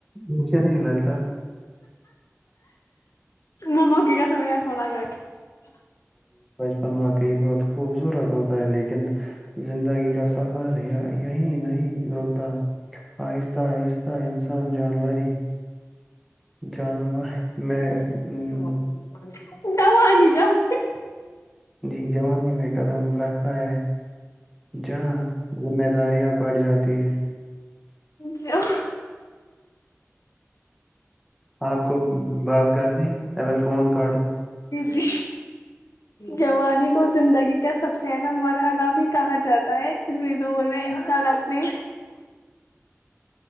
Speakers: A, in the centre; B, on the left.
A: مجھے نہیں لگتا
B: مما کی کا ہمیں یعرفون لگا کے ہے
A: ن واقعی بہت خوبصورت ہوتا ہے لیکن زندگی کا سفر یہی نہیں رکتا آہستہ آہستہ انسان جانوری جانور
B: د
A: میں ام،
B: نہیں جاؤ
A: ج جوانی میں قدم رکھتا ہے جہاں ذمہ داریاں بڑھ جاتی ہے
B: جو
A: آپ کو بات کرنی ہے میں فون کاٹوں
B: جی جوانی کو زندگی کا سب سے اہم مرحلہ بھی کہا جاتا ہے اسی دور میں انسان اپنے